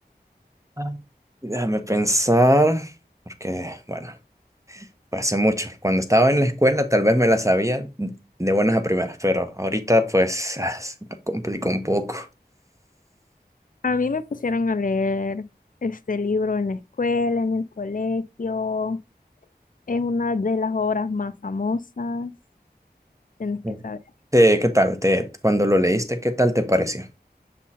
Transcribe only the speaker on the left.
A mí me pusieron a leer este libro en la escuela, en el colegio. Es una de las obras más famosas, tienes
que saber.